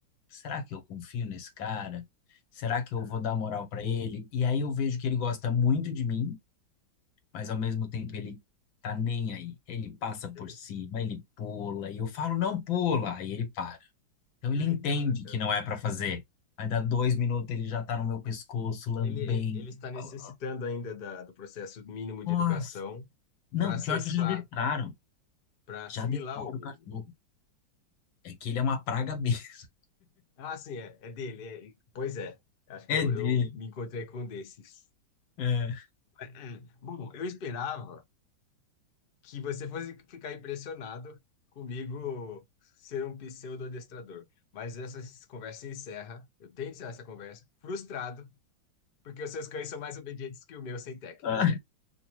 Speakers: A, on the left (about 75°); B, on the left (about 55°).
A: será que eu confio nesse cara? Será que eu
B: Ah,
A: vou dar moral para ele? E aí eu vejo que ele gosta muito de mim, mas ao mesmo tempo ele tá nem aí. Ele passa por
B: é,
A: cima, ele pula, e eu falo, não pula, aí ele para. Então
B: é,
A: ele entende
B: então, é,
A: que
B: é,
A: não é pra fazer. Aí dá dois minutos, ele já tá no meu pescoço, lambendo.
B: ele, ele, ele está necessitando
A: falando,
B: ainda da, do processo mínimo de
A: Nossa,
B: educação
A: não,
B: para acessar,
A: pior que já adestraram.
B: para assimilar
A: Já adestraram
B: o.
A: o cachorro. É que ele é uma praga B. <laughs>
B: Ah, sim, é, é dele. é- pois é, acho
A: É
B: que eu,
A: dele.
B: eu me encontrei com um desses.
A: É.
B: É, é, Bom, eu esperava. que você fosse ficar impressionado comigo ser um pseudo-adestrador. Mas essa conversa se encerra. Eu tenho que encerrar essa conversa. Frustrado, porque os seus cães são mais obedientes que o meu sem técnica.
A: Ah,